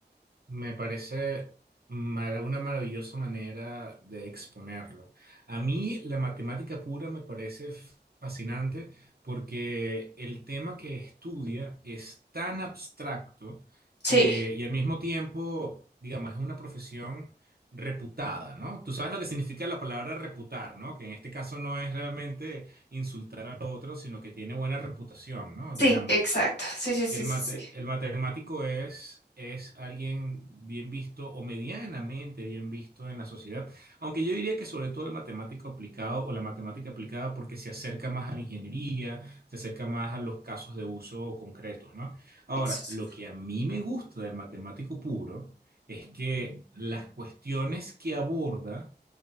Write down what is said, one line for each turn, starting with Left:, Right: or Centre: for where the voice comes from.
Right: Me parece mar- una maravillosa manera de exponerlo. A mí la matemática pura me parece f- fascinante porque el tema que estudia es tan abstracto que,
Left: Sí.
Right: y al mismo tiempo, digamos, es una profesión reputada, ¿no? Tú sabes lo que significa la palabra reputar, ¿no? Que en este caso no es realmente insultar al otro, sino que tiene buena reputación, ¿no?
Left: Sí,
Right: Digamos.
Left: exacto. Sí, sí, sí,
Right: El
Left: sí,
Right: mate-
Left: sí.
Right: el matemático es, es alguien bien visto o medianamente bien visto en la sociedad, aunque yo diría que sobre todo el matemático aplicado o la matemática aplicada porque se acerca más a la ingeniería, se acerca más a los casos de uso concretos, ¿no? Ahora,
Left: Eso es.
Right: lo que a mí me gusta del matemático puro es que las cuestiones que aborda